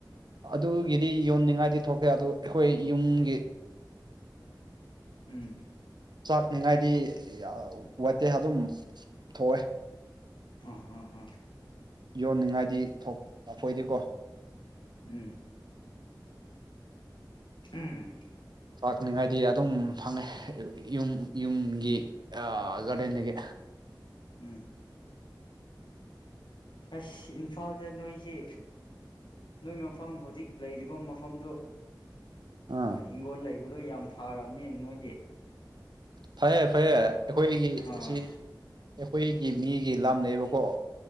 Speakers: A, on the right; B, on the left.
A: ꯑꯗꯨꯒꯤꯗꯤ ꯌꯣꯟꯅꯤꯡꯉꯥꯏꯗꯤ ꯊꯣꯛꯇꯦ ꯑꯗꯨ ꯑꯩꯈꯣꯏ ꯌꯨꯝꯒꯤ
B: ꯎꯝ
A: ꯆꯥꯛꯅꯤꯉꯥꯏꯗꯤ ꯋꯥꯠꯇꯦ ꯑꯗꯨꯝ ꯊꯣꯛꯑꯦ
B: ꯑ ꯍ ꯍ
A: ꯌꯣꯟꯅꯤꯡꯉꯥꯏꯗꯤ ꯑꯩꯈꯣꯏꯗꯤꯀꯣ
B: ꯎꯝ ꯎꯝ
A: ꯂꯥꯛꯅꯤꯉꯥꯏꯗꯤ ꯑꯗꯨꯝ ꯐꯪꯉꯦ ꯌꯨꯝ ꯌꯨꯝꯒꯤ ꯒꯥꯔꯗꯦꯟꯗꯒꯤ
B: ꯎꯝ ꯑꯁ ꯏꯝꯐꯥꯜꯗ ꯅꯣꯏꯁꯤ ꯅꯣꯏ ꯃꯐꯝ ꯍꯧꯖꯤꯛ ꯂꯩꯔꯤꯕ ꯃꯐꯝꯗꯨ
A: ꯑꯥ
B: ꯍꯤꯡꯒꯣꯜ ꯂꯩꯕꯗꯣ ꯌꯥꯝ ꯐꯔꯕꯅꯦ ꯅꯣꯏꯗꯤ
A: ꯐꯩꯌꯦ ꯐꯩꯌꯦ ꯑꯩꯈꯣꯏꯅꯤꯒꯤ
B: ꯑꯥ
A: ꯑꯁꯤ ꯑꯩꯈꯣꯏꯒꯤ ꯃꯤꯒꯤ ꯂꯝꯅꯦꯕꯀꯣ